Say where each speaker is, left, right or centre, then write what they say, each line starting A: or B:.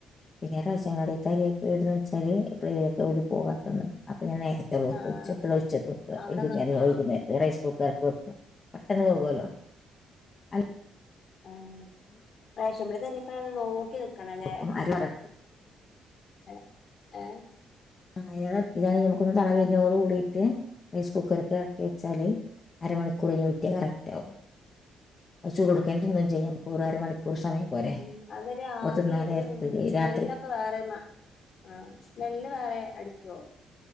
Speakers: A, on the left (about 35°); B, on the left (about 55°).
A: പിന്നെ റേഷൻ കടേത്തെ അരിക്കെടന്ന് വെച്ചാല് ഇപ്പഴേക്കെ <unintelligible> പിന്നെ നേരത്തെ ഉള്ള വക്കും
B: ആഹ്
A: ഉച്ചക്കുള്ള
B: അതെ
A: ഉച്ചക്ക് വക്ക
B: അവിടെ
A: വൈകുന്നേരം
B: നിക്കണം
A: ള്ളത് വൈകുന്നേരത്ത് റൈസ് കുക്കർ ക് വെക്ക പെട്ടന്ന് വേവോലോ അ
B: ആ റേഷൻ പീടിയെത്തെ അരിയൊക്കെ നോക്കി നിക്കണലെ
A: വെക്കും അര കറക്റ്റ്
B: എ ഏ
A: ആ ഇതാണ നമുക്കൊന്ന് തള വരുന്നോട് കൂടിയിട്ട് റൈസ് കുക്കർക്ക് എറക്കി വെച്ചാല് അരമണിക്കൂർ കഴിഞ്ഞാ കറക്റ്റാവും
B: ഏഹ്
A: പ ചൂ കൊടുക്കൻ ഒന്നും ചെയ്യാം <unintelligible> പോരെ
B: ആ അതൊരു
A: അപ്പോൾ
B: ആവി
A: തിന്നാൻ
B: ഒരു
A: നേരത്ത്
B: സ്മെല്ലൊക്കെ
A: രാത്രി
B: വേറെ മാ ആ സ്മെല്ല് വേറെ അടിക്കുവോ